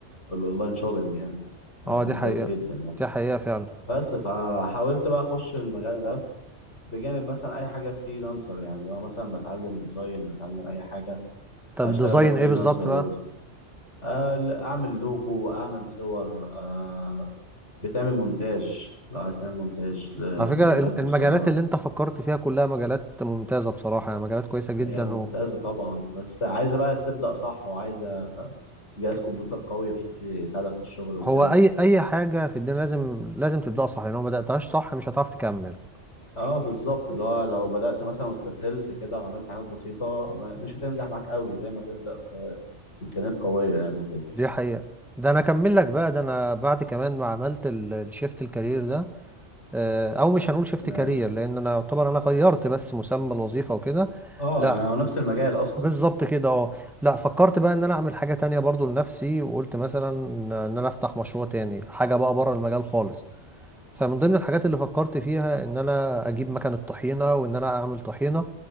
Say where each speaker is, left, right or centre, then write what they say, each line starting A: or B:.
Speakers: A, on the left (about 80°); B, in the centre.
A: الاونلاين شوبينج يعني آه،
B: اه
A: كان
B: دي حقيقة
A: كويس جدا يعني
B: دي حقيقة فعلا
A: بس فحاولت بقى اخش المجال ده بجانب مثلا اي حاجه فريلانسر يعني لو مثلا بتعلم ديزاين بتعلم اي حاجه
B: طب
A: اشتغل
B: ديزاين
A: بقى فريلانسر
B: ايه بالظبط بقى
A: آه، اعمل لوجو اعمل صور آه، بتعمل مونتاج لو عايز تعمل مونتاج لفيديوهات
B: على فكرة الم- المجالات
A: قصيرة
B: اللي انت فكرت فيها كلها مجالات ممتازة بصراحة يعني مجالات كويسة جدا
A: هي ممتازة
B: هو
A: طبعا بس عايزة بقى تبدأ صح وعايزة جهاز كمبيوتر قوي بحيث يساعدك في الشغل وكده
B: هو اي اي حاجة في الدنيا لازم لازم تبدأها صح لو ما بدأتهاش صح مش هتعرف تكمل
A: اه بالظبط اللي هو لو بدأت مثلا واستسهلت كده وعملت حاجات بسيطة ما- مش هتنجح معاك قوي زي ما تبدأ بإمكانيات قوية يعني وكده
B: دي حقيقة ده انا اكمل لك بقى ده انا بعد كمان ما عملت ال- الشيفت الكارير ده آه، او مش هنقول شيفت
A: تمام
B: كارير لان انا يعتبر انا غيرت بس مسمى الوظيفه وكده
A: اه
B: لا
A: يعني هو نفس المجال أصلا
B: بالظبط كده اه لا فكرت بقى ان انا اعمل حاجه تانية برضو لنفسي وقلت مثلا ان انا افتح مشروع تاني حاجه بقى بره المجال خالص فمن ضمن الحاجات اللي فكرت فيها ان انا اجيب مكنه طحينه وان انا اعمل طحينه